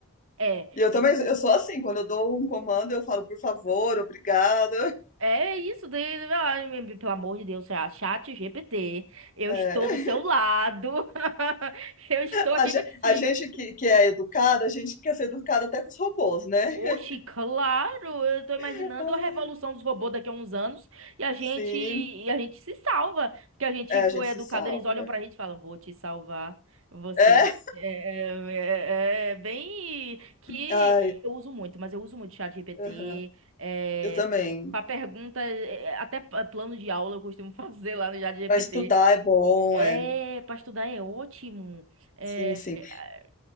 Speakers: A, on the right; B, on the left.
A: É,
B: E eu também,
A: e-
B: eu sou assim, quando eu dou um comando, eu falo, por favor, obrigado.
A: é isso. De, ai, me- pelo amor de Deus, ah, chat GPT, eu
B: É,
A: estou do seu lado. <laughs> Eu estou
B: a,
A: aqui
B: ge-
A: contigo.
B: a gente que, que é educada, a gente quer ser educada até com os robôs, né?
A: Oxi,
B: <laughs>
A: claro, eu tô imaginando
B: Ah,
A: a revolução dos robôs daqui a uns anos e a gente
B: Sim.
A: e a gente se salva, porque a gente
B: É, a
A: foi
B: gente se
A: educado,
B: salva,
A: eles olham
B: né?
A: pra gente e falam, vou te salvar, você
B: É.
A: é, é- é é bem que
B: Ai,
A: eu uso muito, mas eu uso muito chat GPT,
B: aham.
A: é,
B: Eu também.
A: para pergunta, é, é, até pa- plano de aula eu costumo <laughs> fazer lá no chat GPT.
B: Pra estudar é bom,
A: É,
B: é.
A: para estudar é ótimo. É,
B: Sim, sim.
A: é,